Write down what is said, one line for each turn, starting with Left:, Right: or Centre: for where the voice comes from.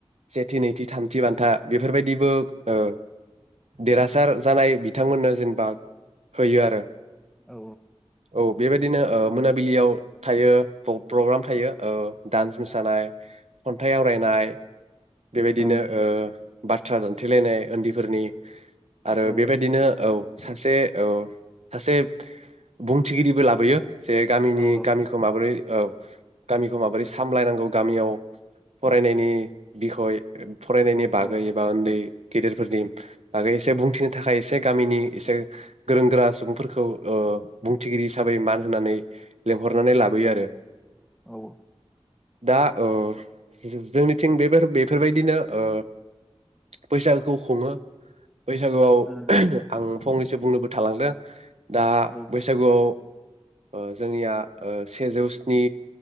Right: सेथि नैथि थामथि बान्था बेफोरबायदिबो ओ देरहासार जानाय बिथांमोननो जेनेबा होयो आरो
Centre: औ
Right: औ बेबाय दिनो ओ मोनाबिलियाव थायो प्रग्राम थायो ओ डान्स मोसानाय, खन्थाइ आवरायनाय, बेबायदिनो
Centre: ओं
Right: ओ बाथ्रा दान्थलायनाय, उन्दैफोरनि आरो
Centre: औ
Right: बेबायदिनो औ। सासे औ सासे बुंथिगिरिबो लाबोयो। जे गामिनि
Centre: औ
Right: गामिखौ माबोरै औ गामिखौ माबोरै सामलायनांगौ गामियाव फरायनायनि बिखय फरायनायनि एबा
Centre: औ
Right: उन्दै गेदेरफोरनि बागै एसे बुंथिनो थाखाय एसे गामिनि एसे गोरों गोरा सुबुंफोरखौ ओ बुंथिगिरि हिसाबै मान होनानै लेंंहरनानै लाबोयो आरो।
Centre: औ
Right: दा ओ जोंनि थिं बेफोर बेफोरबायदिनो ओ बैसागोखौ खुङो। बैसागुआव
Centre: उम
Right: आं फंनैसो बुंनोबो थालांदों। दा
Centre: औ
Right: बैसागुआव ओ जोंनिया सेजौ स्नि